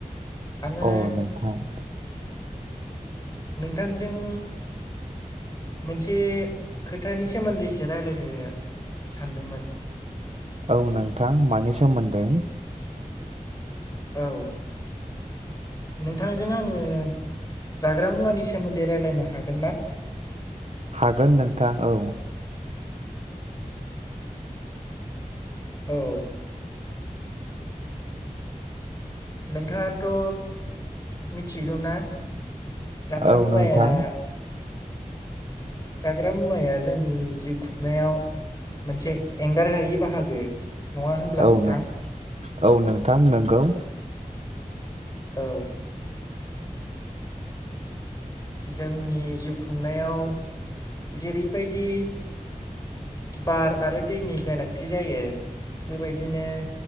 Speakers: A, on the left; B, on the right.
A: आङो
B: औ नोंथां।
A: नोंथांजों मोनसे खोथानि सोमोन्दै एसे रायज्लायनो सानदोंमोन।
B: औ नोंथां मानि सोमोन्दै?
A: औ नोंथांजों आङो। जाग्रा मुंआनि सो सोमोन्दै रायज्लायनो हागोनना।
B: हागोन नोंथां औ।
A: औ। नोंथाङाथ' मिथिगौ ना जाग्रा
B: औ
A: मुवाया
B: नोंथा
A: जाग्रा मुवाया जोंनि जिउ खुगनायाव मोनसे एंगार हायै बाहागो नङा होनब्ला
B: औ
A: नोंथां
B: नों औ नों थां नोंगौ
A: औ जोंनि जिउ खुंनायाव जेरैबायदि बार आरो दैनि गोनांथि जायो बेबायदिनो